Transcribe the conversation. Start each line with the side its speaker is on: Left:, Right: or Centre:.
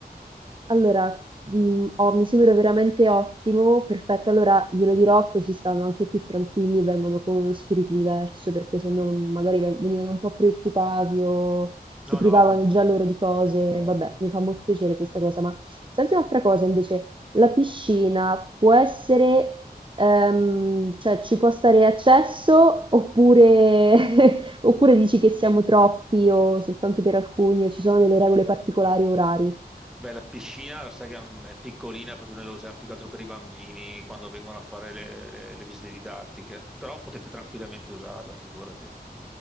Right: Allora, mhmm, ho mi sembra veramente ottimo, perfetto, allora glielo dirò così stanno anche più tranquilli e vengono con uno spirito diverso, perché se no magari ve venivano un po' preoccupati o si
Centre: No,
Right: privavano
Centre: no, odio.
Right: già loro di cose.
Centre: Esatto.
Right: Vabbè, mi fa molto piacere questa cosa, ma senti un'altra cosa invece, la piscina può essere, ehm, cioè ci può stare accesso oppure <laughs> oppure dici che siamo troppi o soltanto per alcuni o ci sono delle regole particolari o orari?
Centre: Beh, la piscina, sai che è piccolina perché noi la usiamo più che altro per i bambini quando vengono a fare le, le- le visite didattiche, però potete tranquillamente usarla, figurati.